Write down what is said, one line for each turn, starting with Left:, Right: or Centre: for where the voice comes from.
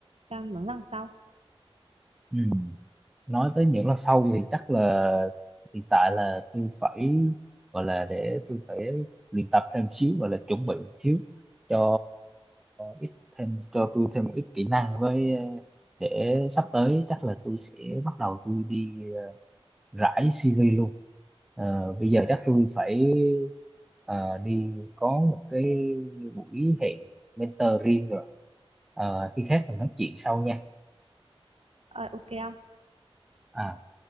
Right: trong những lần sau
Centre: ừ. nói tới những lần sau thì chắc là hiện tại là tôi phải gọi là để tôi phải luyện tập thêm xíu gọi là chuẩn bị một xíu cho ít thêm cho tôi thêm một ít kỹ năng với ờ, để sắp tới chắc là tôi sẽ bắt đầu tôi đi ờ, rải CV luôn Ờ, bây giờ chắc tôi phải ờ, đi có một cái buổi hẹn mentor riêng rồi Ờ, khi khác mình nói chuyện sau nha
Right: Ờ, ok không
Centre: à